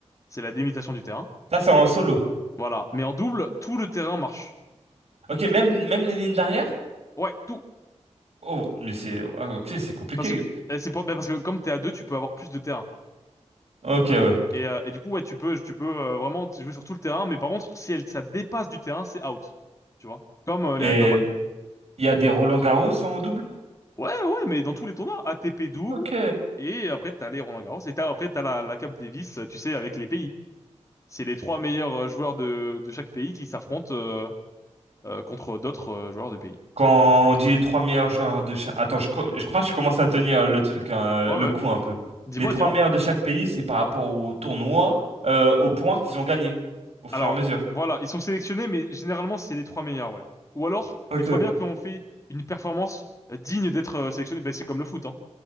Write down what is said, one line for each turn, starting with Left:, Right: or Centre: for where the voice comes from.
Left: c'est la délimitation du terrain.
Right: Ça, c'est en solo.
Left: Voilà, mais en double, tout le terrain marche.
Right: Ok, même, même les lignes d'arrière?
Left: Ouais, tout,
Right: Oh, mais c'est. ah, ok, c'est compliqué.
Left: parce que et c'est pas, bah, parce que comme t'es à deux, tu peux avoir plus de terrain.
Right: Ok, ouais.
Left: Et, euh, et du coup, ouais, tu peux, tu peux euh, vraiment jouer sur tout le terrain, mais par contre, si elle, ça dépasse du terrain, c'est out, tu vois, comme euh, les
Right: Et
Left: règles normales.
Right: il y a des Roland-Garros en double?
Left: Ouais, ouais, mais dans tous les tournois, ATP double,
Right: Ok.
Left: et après t'as les Roland-Garros, et t'as, après t'as la, la Cup Davis, euh, tu sais, avec les pays. C'est les trois meilleurs euh, joueurs de, de chaque pays qui s'affrontent euh, euh, contre d'autres euh, joueurs de pays.
Right: Quand on dit les trois meilleurs joueurs de chaque. Attends, je, cro- je crois que je commence à tenir le truc, hein,
Left: Ouais,
Right: le
Left: ouais.
Right: coup un peu.
Left: Dis-moi,
Right: Les trois
Left: dis-moi.
Right: meilleurs de chaque pays, c'est par rapport au tournoi, euh, aux points qu'ils ont gagnés au fur
Left: Alors,
Right: et à mesure.
Left: voilà, ils sont sélectionnés, mais généralement, c'est les trois meilleurs, ouais. Ou alors,
Right: Ok.
Left: les trois meilleurs qui ont fait une performance euh, digne d'être euh, sélectionnés. Ben, c'est comme le foot, hein.